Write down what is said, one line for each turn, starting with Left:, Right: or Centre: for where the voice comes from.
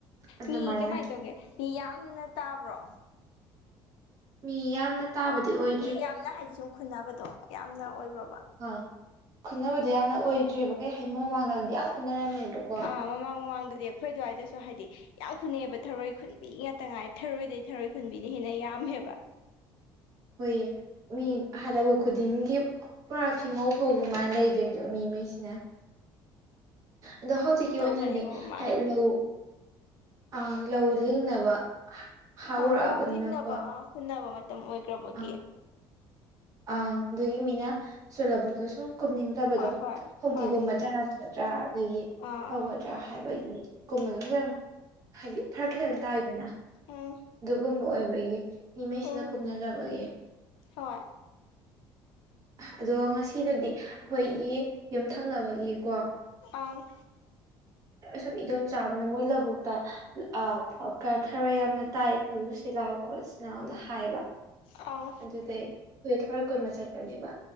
Right: ꯑꯗꯨꯃꯥꯏꯅ
Left: ꯃꯤ ꯀꯃꯥꯏ ꯇꯧꯒꯦ ꯃꯤ ꯌꯥꯝꯅ ꯇꯥꯕ꯭ꯔꯣ
Right: ꯃꯤ ꯌꯥꯝꯅꯠ ꯇꯥꯕꯗꯤ ꯑꯣꯏ
Left: ꯃꯤ ꯌꯥꯝꯅ ꯍꯥꯏꯗꯤ ꯁꯨꯝ ꯈꯨꯟꯗꯕꯗꯣ ꯌꯥꯝꯅ ꯑꯣꯏꯕ꯭ꯔꯕ
Right: ꯑꯥ ꯈꯨꯟꯅꯕꯗꯨ ꯌꯥꯝꯅ ꯑꯣꯏꯗ꯭ꯔꯦꯕ ꯀꯩ ꯍꯥꯏ ꯃꯃꯥꯡꯗꯗꯤ ꯌꯥꯝ ꯈꯨꯟꯅꯔꯝꯃꯦꯕꯛ
Left: ꯑꯥ ꯃꯃꯥꯡ ꯃꯃꯥꯡꯗꯗꯤ ꯑꯈꯣꯏꯗꯨꯋꯥꯏꯗꯁꯨ ꯍꯥꯏꯗꯤ ꯌꯥꯝ ꯈꯨꯅꯩꯌꯦꯕ ꯊꯔꯣꯏ ꯈꯨꯟꯕꯤ ꯉꯥꯛꯇ ꯉꯥꯏ ꯊꯔꯣꯏꯗꯩ ꯊꯔꯣꯏ ꯈꯨꯟꯕꯤꯅꯤ ꯍꯦꯟꯅ ꯌꯥꯝꯃꯦꯕ
Right: ꯍꯣꯏꯌꯦ ꯃꯤ ꯍꯥꯂꯕ ꯂꯕꯨꯛ ꯈꯨꯗꯤꯡꯒꯤ ꯄꯨꯔꯥ ꯐꯤꯉꯧ ꯐꯧꯒꯨ ꯃꯥꯥꯏꯟ ꯂꯩꯗꯣꯏꯅꯦꯕ ꯃꯤꯉꯩꯁꯤꯅ
Left: <inaudible>
Right: ꯑꯗꯣ ꯍꯧꯖꯤꯛꯀꯤ
Left: ꯇꯧꯕꯅꯦꯕ
Right: ꯑꯣꯏꯅꯗꯤ
Left: ꯃꯃꯥꯡꯗ
Right: ꯍꯥꯏ ꯂꯧ ꯑꯥ ꯂꯧ ꯂꯤꯡꯅꯕ ꯍꯧꯔꯛꯑꯕꯅꯤꯅꯀꯣ
Left: ꯑ ꯂꯧ ꯂꯤꯡꯅꯕ ꯑ ꯍꯨꯟꯅꯕ ꯃꯇꯝ ꯑꯣꯏꯒ꯭ꯔꯕꯨꯗꯤ
Right: ꯑꯪ ꯑꯪ ꯑꯗꯨꯒꯤ ꯃꯤꯅ ꯁꯣꯂꯕꯨꯛꯇꯣ ꯁꯨꯝ ꯀꯨꯝꯅꯤꯡꯇꯕꯗꯣ
Left: ꯍꯣꯏ ꯍꯣꯏ
Right: ꯐꯧꯗꯤꯒꯨꯝꯕꯥ
Left: ꯍꯣꯏ
Right: <unintelligible> ꯇ꯭ꯔꯥ ꯑꯗꯒꯤ
Left: ꯑꯥ
Right: ꯇꯧꯒꯗ꯭ꯔꯥ ꯍꯥꯏꯕꯒꯤ ꯀꯨꯝꯕꯗꯣ ꯈꯤꯇꯪ ꯍꯥꯏꯗꯤ ꯐꯔꯛ ꯈꯤꯇꯪ ꯇꯥꯏꯗꯅ
Left: ꯎꯝ
Right: ꯗꯨꯒꯨꯝꯕ ꯑꯣꯏꯕꯒꯤ ꯃꯤꯃꯩꯁꯤꯅ
Left: ꯎꯝ
Right: ꯀꯨꯝꯅꯗꯕꯒꯤ
Left: ꯍꯣꯏ
Right: ꯑꯗꯣ ꯉꯁꯤꯗꯨꯗꯤ ꯑꯈꯣꯏꯒꯤ ꯌꯨꯝ ꯊꯪꯅꯕꯒꯤꯀꯣ
Left: ꯑꯪ
Right: ꯑꯁꯨꯝ ꯏꯗꯣꯝ ꯆꯥꯕ ꯑꯃꯥꯅ ꯃꯣꯏ ꯂꯧꯕꯨꯛꯇ ꯑ <unintelligible> ꯊꯔꯣꯏ ꯌꯥꯝꯅ ꯇꯥꯏ ꯈꯨꯜꯂꯨ ꯁꯤꯂꯥꯎ ꯈꯣꯠꯂ ꯁꯤ ꯅꯥꯎꯅ ꯍꯥꯏꯕ
Left: ꯑꯥꯎ
Right: ꯗꯨꯗꯩ ꯍꯨꯏ ꯊꯣꯔꯣꯏ ꯀꯣꯟꯕ ꯆꯠꯄꯅꯦꯕ